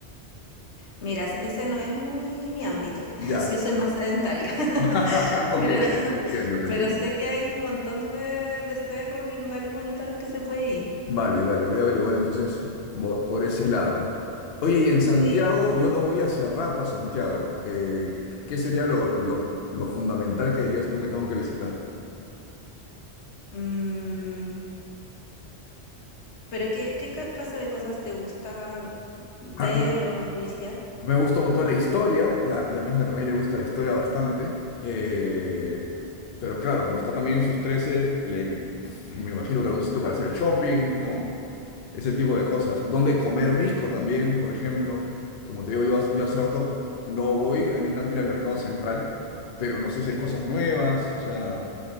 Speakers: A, on the left; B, on the left.
A: Mira, es- ese no es muy mi ámbito. <laughs>
B: Ya.
A: Yo soy más sedentaria, <laughs>
B: <laughs> Ok,
A: pero,
B: te entiendo, te
A: pero
B: entiendo.
A: sé que hay un montón de, de cerros y lugares bonitos a los que se puede ir.
B: Vale, vale, voy a averiguar entonces mo- por ese lado. Oye, y en Santiago,
A: Sí.
B: yo no voy hace rato a Santiago. Eh, ¿qué sería lo, lo, lo fundamental que dirías tú que tengo que visitar?
A: Mm, pero ¿qué, qué ca- clase de cosas te gusta ver
B: <laughs>
A: o turistear?
B: Me gusta un montón la historia, y a, y a mi hija también le gusta la historia bastante. eh, pero claro, como está también en sus 13 le, <laughs> me imagino que algún sitio para hacer shopping, ¿no? Ese tipo de cosas. Donde comer rico también, por ejemplo. Como te digo, yo, hace- yo hace rato no voy, a mí me encanta ir al mercado central, pero no sé si hay cosas nuevas, o sea,